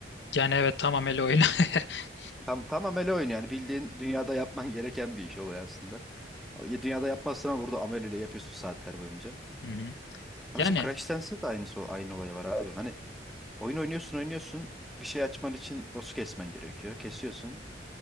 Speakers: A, on the left (about 75°); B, in the centre.
A: Yani evet tamam öyle oyun. <laughs>
B: Tam tam amele oyunu yani bildiğin dünyada yapman <laughs> gereken bir iş oluyor aslında. Ya Dünyada yapmazsan ama burada ameleyle yapıyorsun saatler boyunca.
A: Hı hı.
B: Ama
A: Yani
B: mesela Crash Dance'de de aynısı, aynı olay var abi. Hani Oyun oynuyorsun oynuyorsun. Bir şey açman için boss'u kesmen gerekiyor. Kesiyorsun.